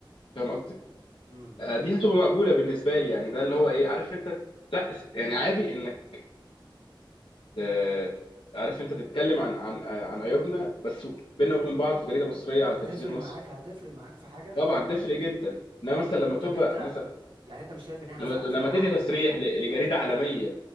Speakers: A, on the left; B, on the right.
A: فاهم قصدي
B: امم
A: آه، دي هتبقى مقبوله بالنسبه لي يعني ده اللي هو ايه عارف انت تع- يعني عادي انك آه، عارف انت تتكلم عن عن آه، عن عيوبنا بس بيننا وبين بعض في جريده مصريه على
B: هتفرق
A: تلفزيون مصري
B: معاك هتفرق معاك في حاجه
A: طبعا تفرق جدا انما مثلا
B: طب
A: لما تبقى
B: طب انت
A: مثلا
B: يعني انت مش شايف ان احنا
A: لما
B: ساعات
A: لما
B: في عندنا
A: تدي تصريح ل-
B: هقول
A: لجريده
B: لك
A: عالميه